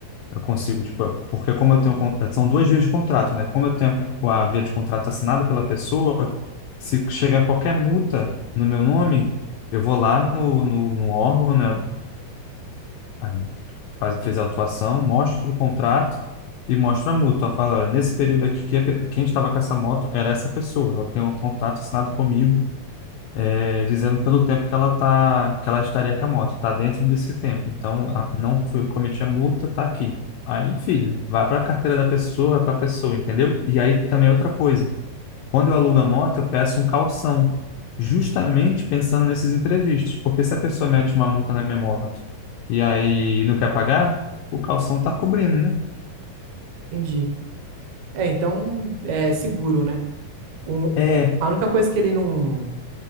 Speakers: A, on the left; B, on the right.
A: eu consigo, tipo, porque como eu tenho, con- são duas vias de contrato, né? Como eu tenho a via de contrato assinada pela pessoa, se chega qualquer multa no meu nome, eu vou lá no, no, no órgão, né, Aí faz- fez a autuação, mostra o contrato e mostra a multa. Ela Fala, "Olha, nesse período aqui, a pe- quem estava com essa moto era essa pessoa. Ela tem um contrato assinado comigo, eh, dizendo pelo tempo que ela tá, que ela estaria com a moto. Está dentro desse tempo. Então, a- não foi eu que cometi a multa, tá aqui. Aí, filho, vai para a carteira da pessoa, vai para a pessoa, entendeu? E aí também é outra coisa. Quando eu alugo a moto, eu peço um calção, justamente pensando nesses imprevistos, porque se a pessoa mete uma multa na minha moto e aí não quer pagar, o calção está cobrindo, né?
B: Entendi. É, então é seguro, né? O,
A: É,
B: a única coisa que ele não,